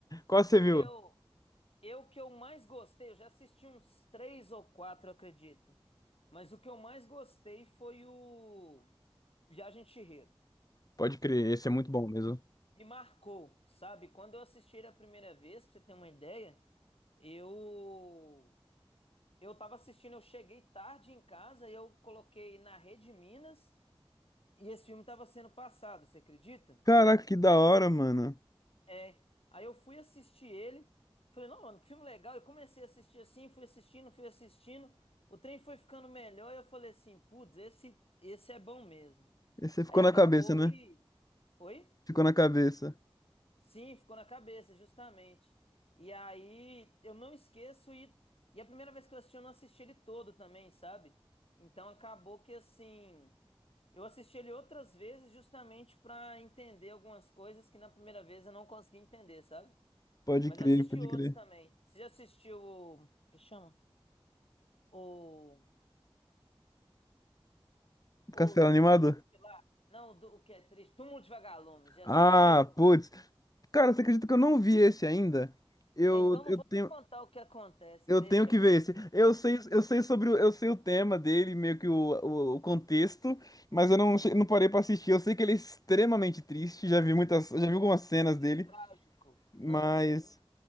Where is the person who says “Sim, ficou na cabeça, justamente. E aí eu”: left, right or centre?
Left